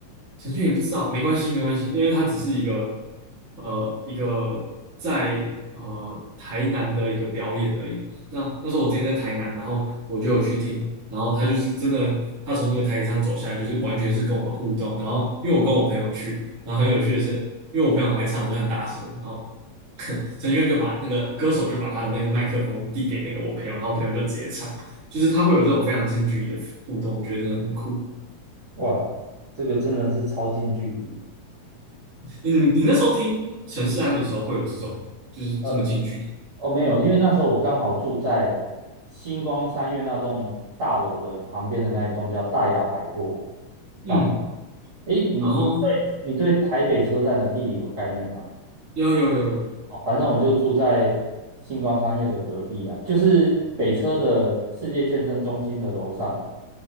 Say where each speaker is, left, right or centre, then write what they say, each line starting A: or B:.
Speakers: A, on the right; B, on the right.
A: 陈序员你不知道，没关系，没关系，因为它只是一个呃一个在呃台南的一个表演而已。那那时候我之前在台南，然后我就有去听，然后他就是真的，他从那个台阶上走下来，就是完全是跟我们互动。然后因为我跟我朋友去，然后很有趣的是，
B: 嗯，
A: 因为我朋友来唱歌很大声，然后 <laughs> 陈序员就把那个歌手就把他的那个麦克风递给那个我朋友，然后我朋友就直接唱，就是他会有这种非常近距离的互动，我觉得真的很酷。
B: 哇，这个真的是超近距离。
A: 你你那时候听陈势安的时候，会有这种就是这么近距离，
B: 呃。哦，没有，因为那时候我刚好住在星光三月那栋大楼的旁边的那一栋叫大雅百货
A: 嗯，
B: 上面。诶，你你对你对台北车站的地理有概念吗？
A: 然后有有有有，
B: 哦，反正我就住在星光三月的隔壁啊，就是北车的世界健身中心的楼上。